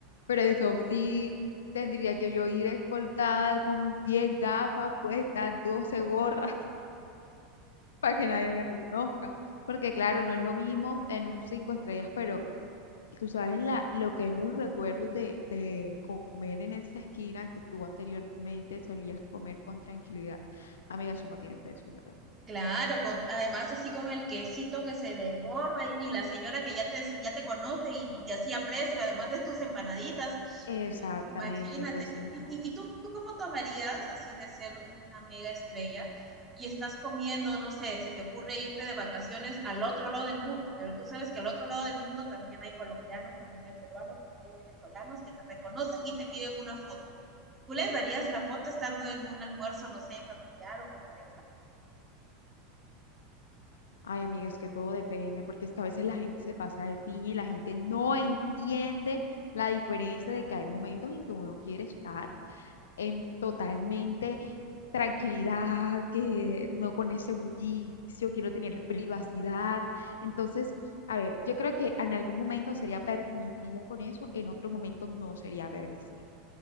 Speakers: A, on the left; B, on the right.
A: Pero eso sí, tendría que yo ir escoltada con 10 gafas puestas, 12 gorras. para que nadie me reconozca. Porque claro, no es lo mismo en un cinco estrellas, pero tú sabes la, lo que es los recuerdos de, de comer en esa esquina que tú anteriormente solías comer con tranquilidad. Amiga, eso no tiene precio, en verdad.
B: Claro, con, además así con el quesito que se desborda y, y la señora que ya te, ya te conoce y, y te hacía precio, además de tus empanaditas,
A: Exactamente,
B: eh, imagínate.
A: entonces
B: ¿Y,
A: no.
B: y y tú, tú cómo tomarías así de ser una mega estrella y estás comiendo, no sé, se te ocurre irte de vacaciones al otro lado del mundo, pero tú sabes que al otro lado del mundo también hay colombianos, también hay peruanos, también hay venezolanos que te reconocen y te piden una foto. ¿Tú les darías la foto estando en un almuerzo, no sé, familiar o con pareja?
A: Ay, amiga, es que todo depende, porque es que a veces la gente se pasa de piña y la gente no entiende la diferencia de que hay momentos en que uno quiere estar en totalmente tranquilidad, que no con ese bullicio, quiero tener privacidad. Entonces, a ver, yo creo que en algún momento sería permisiva con eso, en otros momentos no sería permisiva.